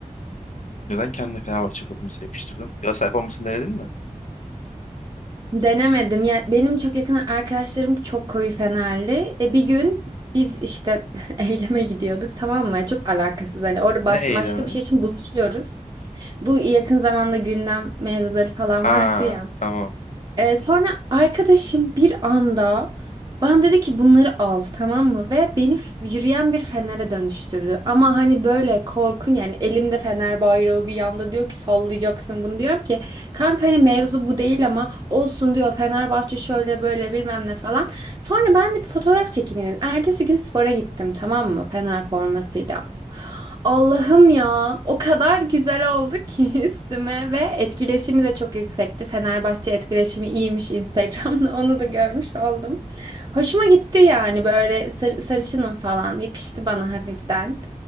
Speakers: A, on the left (about 65°); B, on the right (about 30°).
A: Neden kendine Fenerbahçe forması yakıştırdın? Galatasaray formasını denedin mi?
B: Denemedim. Ya benim çok yakın arkadaşlarım çok koyu Fenerli. E, bir gün biz işte <laughs> eyleme gidiyorduk tamam mı? Çok alakasız hani orada
A: Ne
B: baş-
A: eylemi?
B: başka bir şey için buluşuyoruz. Bu yakın zamanda gündem mevzuları falan
A: Aa,
B: <laughs> vardı ya.
A: tamam.
B: Ee, sonra arkadaşım bir anda bana dedi ki bunları al tamam mı? Ve beni f- yürüyen bir fenere dönüştürdü. Ama hani böyle korkun yani elimde fener bayrağı bir yanda diyor ki sallayacaksın bunu diyorum ki kanka hani mevzu bu değil ama olsun diyor Fenerbahçe şöyle böyle bilmem ne falan. Sonra ben de bir fotoğraf çekineyim. dedim. Ertesi gün spora gittim tamam mı Fener formasıyla. Allah'ım ya, o kadar güzel oldu ki <laughs> üstüme ve etkileşimi de çok yüksekti. Fenerbahçe etkileşimi iyiymiş Instagram'da, <laughs> onu da görmüş oldum. Hoşuma gitti yani böyle sar sarışınım falan, yakıştı bana hafiften.